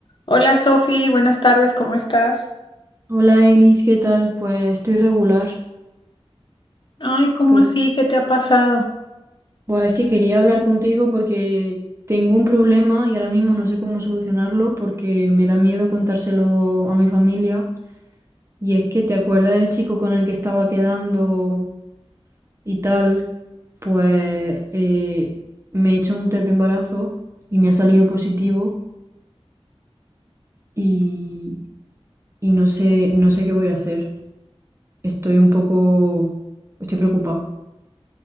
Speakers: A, on the left; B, on the right.
A: Hola Sofi, buenas tardes, ¿cómo estás?
B: Hola Eglis, ¿qué tal? Pues estoy regular
A: Ay, ¿cómo
B: porque
A: así? ¿Qué te ha pasado?
B: pues es que quería hablar contigo porque tengo un problema y ahora mismo no sé cómo solucionarlo porque me da miedo contárselo a mi familia y es que te acuerdas del chico con el que estaba quedando y tal, pues eh, me he hecho un test de embarazo y me ha salido positivo y, y no sé, no sé qué voy a hacer. Estoy un poco, estoy preocupada.